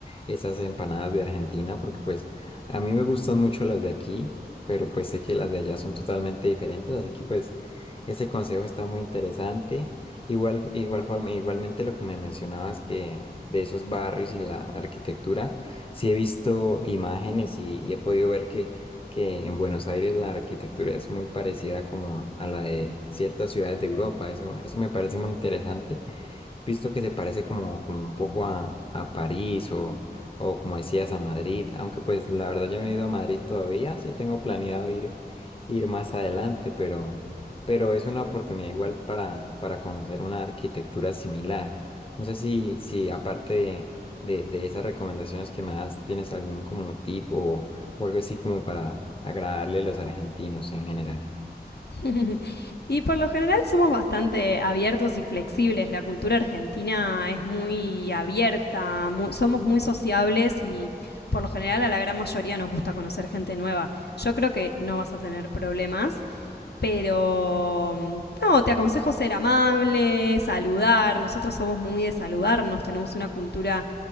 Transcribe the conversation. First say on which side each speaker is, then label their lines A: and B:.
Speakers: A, on the left; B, on the left.
A: esas empanadas de Argentina, porque pues a mí me gustan mucho las de aquí pero pues sé que las de allá son totalmente diferentes, así que pues ese consejo está muy interesante. Igual, igual forma, igualmente lo que me mencionabas que de esos barrios y la arquitectura, sí he visto imágenes y, y he podido ver que, que en Buenos Aires la arquitectura es muy parecida como a, a la de ciertas ciudades de Europa. Eso, eso me parece muy interesante visto que se parece como, como un poco a, a París o, o como decías a Madrid, aunque pues la verdad yo no he ido a Madrid todavía, sí tengo planeado ir, ir más adelante, pero, pero es una oportunidad igual para, para conocer una arquitectura similar. No sé si, si aparte de, de, de esas recomendaciones que me das, tienes algún como tip o algo así como para agradarle a los argentinos en general.
B: <laughs> y por lo general somos bastante abiertos y flexibles. La cultura argentina es muy abierta, muy, somos muy sociables y por lo general a la gran mayoría nos gusta conocer gente nueva. Yo creo que no vas a tener problemas, pero no, te aconsejo ser amable, saludar. Nosotros somos muy de saludarnos, tenemos una cultura